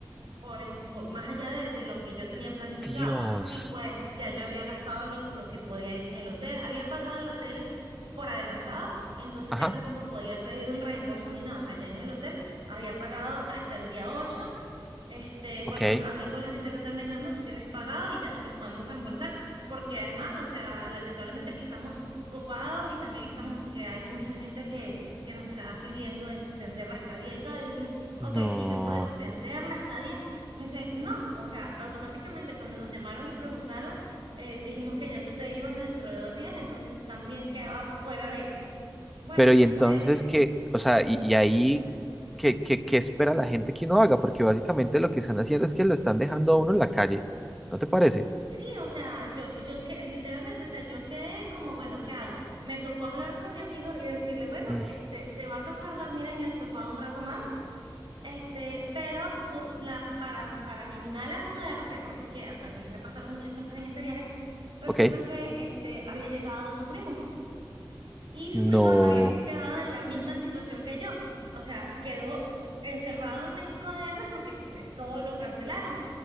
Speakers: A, on the right; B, in the centre.
A: por, ens- por- más allá de, de lo que yo tenía planificado.
B: Dios.
A: Y pues ya yo había gastado lo, lo que podía en el hotel, había pagado el hotel por adelantado, entonces
B: Ajá,
A: ya tampoco podía pedir un reembolso ni nada, o sea, ya en el hotel había pagado hasta el día ocho este,
B: ok.
A: cuando hablé con la gente del hotel me dijeron, no, tú tienes pagado y ya no te podemos reembolsar, porque además, o sea, lamentablemente estamos copados y también estamos, que hay mucha gente que, que nos está pidiendo extender la estadía y todo. Y les dije, ok,
B: No.
A: ¿y yo puedo extender la estadía? Me dicen, no, o sea, automáticamente cuando nos llamaron y preguntaron, eh, dijimos que ya tú te ibas dentro de dos días, entonces también quedabas fuera de... Bueno,
B: Pero y entonces
A: fue
B: qué, o sea, y, y ahí, ¿qué, qué, qué espera la gente que uno haga? Porque básicamente lo que están haciendo es que lo están dejando a uno en la calle. ¿No te parece?
A: Sí, o sea, yo, yo que literalmente, o sea, yo quedé como, bueno, ¿qué hago? Me tocó hablar con mi amigo y decirle, bueno,
B: Mm,
A: este, te va a tocar dormir en el sofá un rato más, este, pero tú- la, para, para mi mala suerte, porque es que, o sea, a mí me pasaron muchas cosas en ese viaje, resulta
B: ok.
A: que este, había llegado su primo y su
B: No,
A: primo había quedado en la misma situación que yo, o sea, quedó encerrado en México DF porque pues todo lo cancelaron.